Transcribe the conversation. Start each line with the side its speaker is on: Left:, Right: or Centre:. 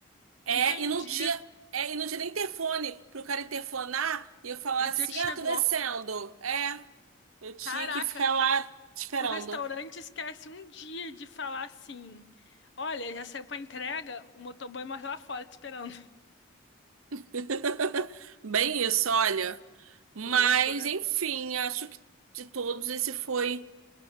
Right: É,
Left: Entendi.
Right: e não tinha. É, e não tinha nem interfone pro cara interfonar e eu falar
Left: E
Right: assim:
Left: dizer que chegou.
Right: ah, tô descendo. É. Eu tinha
Left: Caraca,
Right: que ficar lá esperando.
Left: se o restaurante esquece um dia de falar assim, olha, já saiu pra entrega, o motoboy morre lá fora te esperando.
Right: <laughs> Bem isso, olha. Mas,
Left: <laughs> Loucura.
Right: enfim, acho que de todos esse foi,